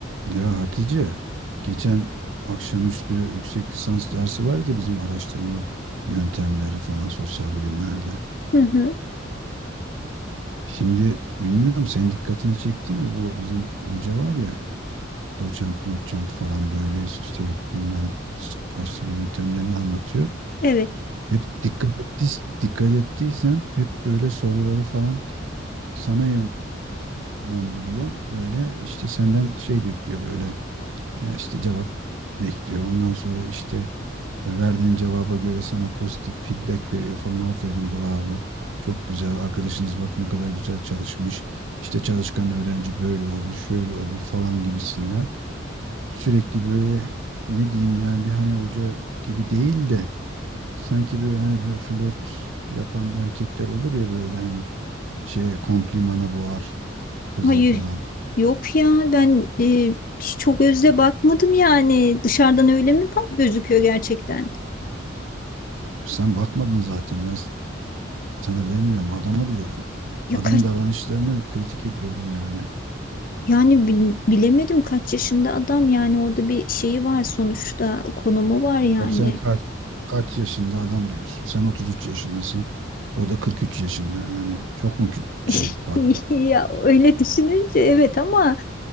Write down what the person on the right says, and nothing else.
Ya Hatice, geçen akşamüstü yüksek lisans dersi vardı ya bizim araştırma yöntemleri falan sosyal bilimlerde.
Şimdi bilmiyorum senin dikkatini çekti mi bu bizim hoca var ya doçent moçent falan böyle işte yok bilmem araştırma yöntemlerini anlatıyor.
Hep dikkat ettiys dikkat ettiysen hep böyle soruları falan sana yönlendiriyor. Böyle işte senden şey bekliyor böyle ya işte cevap bekliyor. Ondan sonra işte Ve verdiğin cevaba göre sana pozitif feedback veriyor falan. Aferin bravo. Çok güzel. Arkadaşınız bak ne kadar güzel çalışmış. İşte çalışkan öğrenci böyle olur, şöyle olur falan gibisinden. Sürekli böyle ne diyeyim yani bir hani hoca gibi değil de sanki böyle hani böyle flört yapan erkekler olur ya böyle hani şey komplimana boğar kızı
falan.
Sen bakmadın zaten ben sana demiyorum adama diyorum.
Adamın
davranışlarını kritik ediyorum yani.
Abi sen kaç kaç yaşında adam diyorsun. Sen 33 yaşındasın. O da 43 yaşında. Yani çok mu kü-
şey fark var?